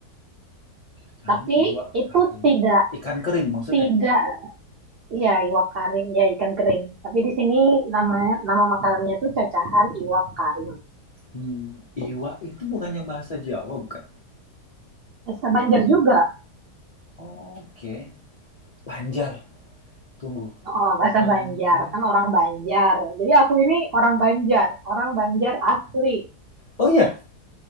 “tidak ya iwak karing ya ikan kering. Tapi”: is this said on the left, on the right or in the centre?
Right